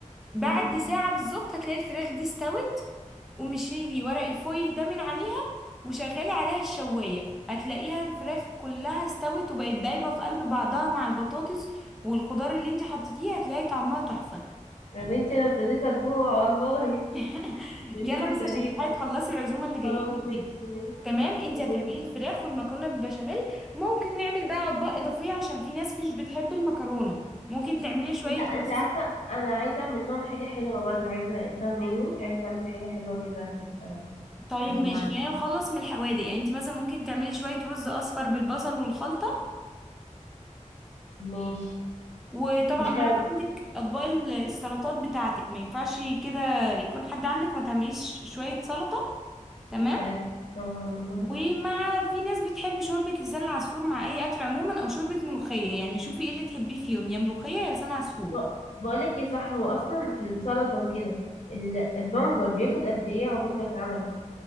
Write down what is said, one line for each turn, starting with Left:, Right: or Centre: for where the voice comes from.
Centre: بعد
Left: مم.
Centre: ساعة بالظبط هتلاقي الفراخ دي استوت ومشيلي ورق الفويل ده من عليها وشغلي عليها الشواية هتلاقيها الفراخ كلها استوت وبقت دايبة في قلب بعضها مع البطاطس والخضار اللي انت حطيتيه هتلاقي طعمها تحفة
Left: يا بنتي انا ابتديت اجوع والله
Centre: <laughs>
Left: <laughs> اللي
Centre: يلا
Left: انت ابتديت
Centre: بس عشان تلحقي تخلصي العزومه اللي جايه
Left: خلاص
Centre: لك
Left: ماشي
Centre: دي
Left: ماشي
Centre: تمام انت
Left: و...
Centre: هتعملي الفراخ والمكرونه بالبشاميل ممكن نعمل بقى اطباق اضافيه عشان في ناس مش بتحب المكرونه ممكن تعملي شويه
Left: لا انت
Centre: رز
Left: عارفة انا عايزة اعمل لهم حاجة حلوة برضه عايزة فاهماني عايزة اعمل حاجة حلوة كده تبقى-
Centre: طيب
Left: مع-
Centre: ماشي خلينا نخلص من الحوادق يعني انت مثلا ممكن تعملي شويه رز اصفر بالبصل والخلطه
Left: ماشي
Centre: وطبعا
Left: مش
Centre: بقى
Left: عارف-
Centre: عندك اطباق ال- السلطات بتاعتك ما ينفعش كده يكون حد عندك وما تعمليش شويه سلطه تمام
Left: ده- آه، من نفسي
Centre: ومع في ناس بتحب شوربة لسان العصفور مع أي أكل عموما أو شوربة ملوخية يعني شوفي ايه اللي تحبيه فيهم يا ملوخية يا لسان عصفور
Left: ب- بقولك ايه صح هو اصلا في السلطة وكده ال- البنجر بياخد قد ايه عقبال ما يتعمل